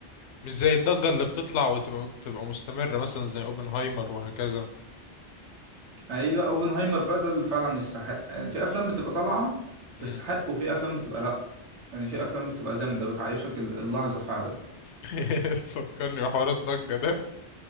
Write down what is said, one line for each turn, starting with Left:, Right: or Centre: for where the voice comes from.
Left: مش زي الضجة اللي بتطلع وتبقى تبقى مستمرة مثلا زي أوبنهايمر وهكذا
Right: ايوه اوبنهايمر بقى ده اللي فعلا يستحق يعني في افلام بتبقى طالعه
Left: مم.
Right: تستحق وفي افلام بتبقى لا يعني
Left: مم.
Right: في افلام بتبقى جامده بتعيشك ال- اللحظه فعلا
Left: <laughs> تفكرني بحوار الضجة ده